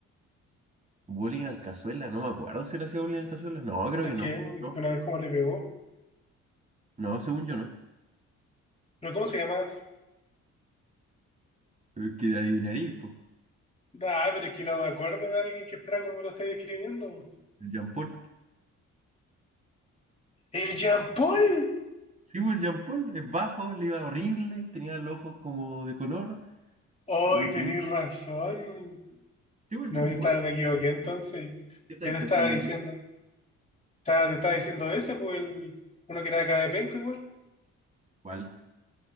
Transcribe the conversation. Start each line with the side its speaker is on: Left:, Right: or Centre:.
Right: Bullying al cazuela. No me acuerdo si le hacía bullying al cazuela. No, creo
Left: el
Right: que no.
Left: que
Right: No,
Left: que una vez como le pegó.
Right: no, según yo no.
Left: ¿Pero cómo se llamaba?
Right: Pero es Que adivinaría,
Left: Ah, pero es que no me acuerdo de alguien que fuera como lo estáis describiendo.
Right: El Jean Paul.
Left: ¡El Jean Paul!
Right: Sí, pues, el Jean Paul es bajo, le iba horrible, tenía los ojos como de color
Left: ¡Hoy
Right: y tenía...
Left: tenéis razón!
Right: Sí, pues,
Left: No,
Right: el Jean
Left: yo estaba-
Right: Paul.
Left: me equivoqué entonces.
Right: ¿Qué estáis
Left: ¿Qué te estaba
Right: pensando
Left: diciendo?
Right: tú?
Left: Estaba- te estaba diciendo ese, pues el, uno que era de acá de Penco igual.
Right: ¿Cuál?